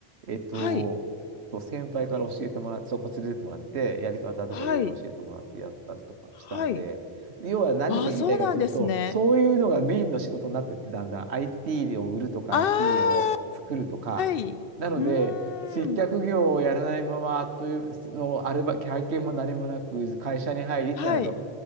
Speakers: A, on the right; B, on the left.
A: えっと、
B: はい。
A: 先輩から教えてもらって、そこ連れてってもらって、やり方とかいろいろ教えてもらってやったりとかしたので、
B: はい。はい。
A: 要は何が言いたいかというと、
B: ああ、そうなんですね。
A: そういうのがメインの仕事になってって、だんだん IT を売るとか
B: あ
A: IT を作るとか、
B: あ。はい。うーん。
A: なので、接客業をやらないままというのアルバ、経験も何もなく、会社に入りってなると、
B: はい。